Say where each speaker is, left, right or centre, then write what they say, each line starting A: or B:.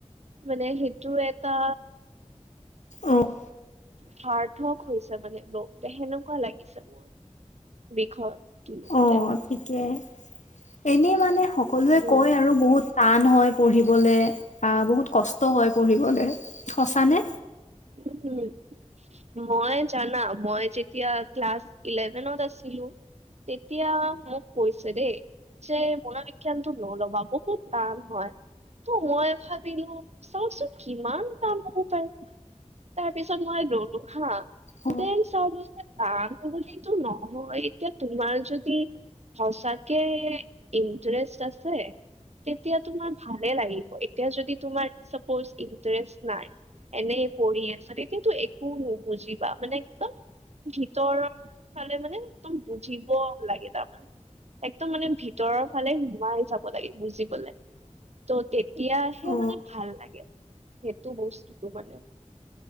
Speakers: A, on the right; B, on the left.
A: মানে সেইটো এটা
B: উম।
A: সাৰ্থক হৈছে মানে লগ তে সেনেকুৱা লাগিছে মোৰ বিষয় তো।
B: অ' ঠিকে এনেই মানে সকলোৱে
A: উম
B: কয় আৰু বহুত টান হয় পঢ়িবলৈ বা বহুত কষ্ট হয় পঢ়িবলৈ, সঁচানে?
A: <unintelligible> মই জানা মই যেতিয়া ক্লাছ ইলেভেনত আছিলোঁ তেতিয়া মোক কৈছে দেই যে মনোবিজ্ঞানটো নলবা বহুত টান হয়। তো মই ভাবিলো চাওচোন কিমান টান হ'ব পাৰে। তাৰ পিছত মই ললো হা
B: অ
A: দেন চালো যে টান বুলিতো নহয় এতিয়া তোমাৰ যদি সঁচাকে ইণ্টাৰেষ্ট আছে তেতিয়া তোমাৰ ভালে লাগিব এতিয়া যদি তোমাৰ চাপোজ ইণ্টাৰেষ্ট নাই এনেই পঢ়ি আছা তেতিয়াটো একো নুবুজিবা মানে একদম ভিতৰৰ ফালে মানে একদম বুজিব লাগে তাৰমানে একদম মানে ভিতৰৰ ফালে সোমাই যাব লাগে বুজিবলে। ত' তেতিয়াহে
B: অ
A: মানে ভাল লাগে সেইটো বস্তুটো মানে।